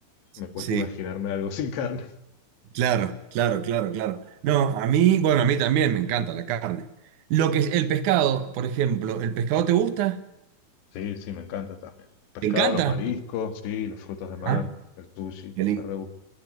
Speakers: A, on the left; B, on the right.
A: Me cuesta
B: sí,
A: imaginarme algo <laughs> sin carne.
B: claro, claro, claro, claro. No, a mí, bueno, a mí también me encanta la carne. Lo que es el pescado, por ejemplo, ¿el pescado te gusta?
A: Sí, sí, me encanta también. Pescado,
B: ¿Te encanta?
A: los mariscos, sí, los frutos de mar,
B: Ajá,
A: el sushi,
B: qué lindo.
A: me re gusta.